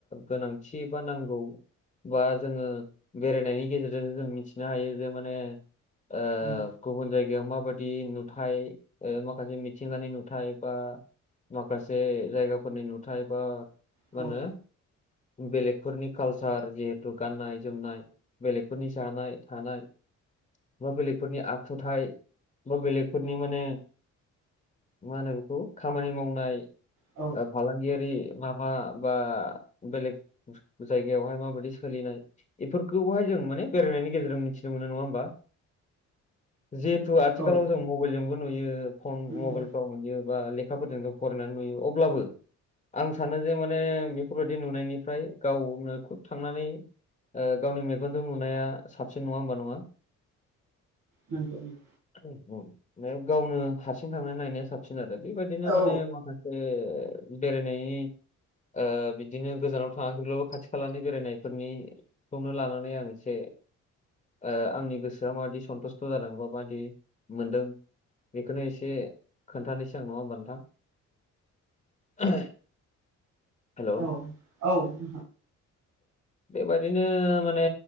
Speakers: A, on the left (about 25°); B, on the right (about 75°).
A: गोनांथि बा नांगौ बा जोङो बेरायनायनि गेजेरजों जों मिथिनो हायो जे माने ओ
B: औ
A: गुबुन जायगायाव माबादि नुथाय ओ माखासे मिथिंगानि नुथाय बा माखासे जायगाफोरनि नुथाय बा मा
B: औ
A: होनो बेलेगफोरनि कालसार जे थु गाननाय जोमनाय बेलेगफोरनि जानाय थानाय बा बेलेगफोरनि आखुथायाइ बा बेलेगफोरनि माने मा होनो बेखौ खामानि मावनाय
B: औ
A: ओ फालांगियारि माबा बा बेलेग जायगायावहाय माबादि सोलिनाय बेफोरखौहाय जों माने बेरायनायनि गेजेरजों मिथिनो मोनो नङा होमबा। जिहेथु आथिखालाव
B: औ
A: जों मबाइलजोंबो नुयो फन
B: नंगौ
A: मबाइलफ्राव मोनयो बा लेखाफोरजों जों फरायनानै नुयो अब्लाबो आं सानो जे माने बेफोरबायदि नुनायनिफ्राय गावनो खुब थांनानै ओ गावनि मेगनजों नुनाया साबसिन नङा होमबा नङा।
B: नंगौ-नंगौ।
A: <unintelligible> <unintelligible> गावनो हारसिं थांनानै नायनाया साबसिन आरो बेबायदिनो
B: औ
A: माने माखा से बेेरायनायनि ओ बिदिनो गोजानाव थाङाखैब्लाबो खाथि खालानि बेरायनाय फोरनिखौनो लानानै आं एसे ओ आंनि गोसोआ माबादि सन्थुस्थ' जादों बा माबादि मोनदों बेखौनो एसे खोन्थानोसै आं नङा होमबा नोंथां। <unintelligible> हेलौ
B: औ-औ <unintelligible>
A: बेबायदिनो माने